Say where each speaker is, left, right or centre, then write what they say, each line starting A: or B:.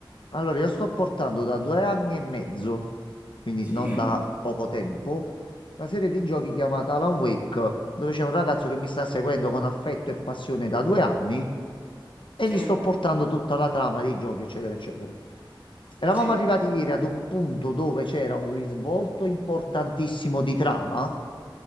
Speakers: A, on the left; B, on the right.
A: Allora, io sto portando da due anni e mezzo, quindi
B: Sì,
A: non da poco tempo, una serie di giochi chiamata Alan Wake, dove c'è un ragazzo che mi sta seguendo con affetto e passione da due anni e
B: sì,
A: gli sto portando tutta la trama dei giochi, eccetera, eccetera. Eravamo
B: sì,
A: arrivati ieri ad un punto dove c'era un risvolto importantissimo di trama.